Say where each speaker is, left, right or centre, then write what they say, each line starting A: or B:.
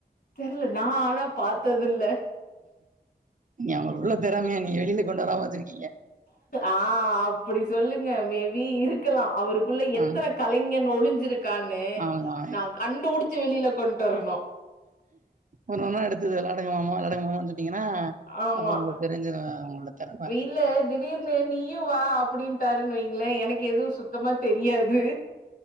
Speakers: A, on the left; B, on the right.
A: தெர்ல நா ஆனா பாத்ததில்ல
B: நீ அவ்ளோ திறமையா நீ வெளியில கொண்டு வராம வச்சுருக்கீங்க
A: ஆ அப்டி சொல்லுங்க மேபி இருக்கலா அவருக்குள்ள எத்தனை
B: ஆ
A: கலைஞன் ஒழிஞ்சிருக் கானு
B: ஆமா
A: நா கண்டுபடிச்சு வெளியில கொண்ட்டு வரணு
B: ஒன்னா ஒன்னா எடுத்தது விளையாடுங்க மாமா விளையாடுங்க மாமான்னு சொன்னீங்கன்னா
A: ஆமா
B: அப்ப உங்களுக்கு தெரிஞ்சதுன் அவங்களோட தெறம
A: இல்ல திடீர்னு நீயு வா அப்படின்ட்டாருன்னு வைங்களே எனக்கு எதுவு சுத்தமா தெரியாது